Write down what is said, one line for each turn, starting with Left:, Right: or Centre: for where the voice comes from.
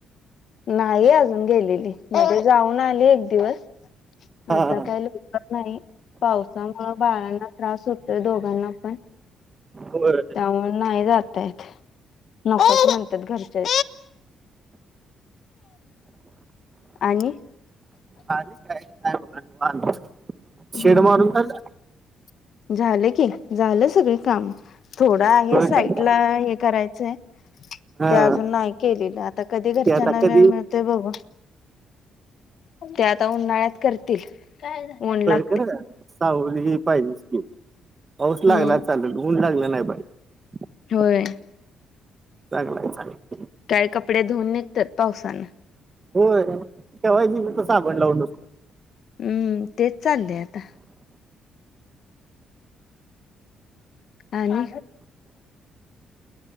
Left: नाही अजून गेलेली. म्हणजे जाऊन आली एक दिवस.
Right: हा.
Left: आता काय ल नाही, पावसामुळ बाळांना त्रास होतोय दोघांना पण.
Right: बर
Left: नाही जाता येत. नकोच म्हणतात घरचे. आणि
Right: आली काही नाही बघा.
Left: हम्म
Right: शेड मारून
Left: हम्म,
Right: झालं?
Left: झाल की, झाल सगळी काम. थोडा आहे,
Right: होय
Left: साईटला
Right: काय?
Left: हे करायचय.
Right: हा.
Left: ते अजून नाही केलेल. आता कधी घरच्यांना
Right: ते आता कधी
Left: वेळ मिळ ते बघू. ते आता उन्हाळ्यात करतील. ऊन ला
Right: करु द्या. सावली पाहिजेच की. पाऊस लागण्याचा
Left: हम्म
Right: चालेल, ऊन लागल नाही पाहिजे.
Left: होय
Right: चांगल आहे. चांगल आहे.
Left: काय कपडे धुऊून निघत्यात पावसान.
Right: होय, ठेवायचे नुसत साबण लाऊन.
Left: हम्म, तेच चाललय आता. आणि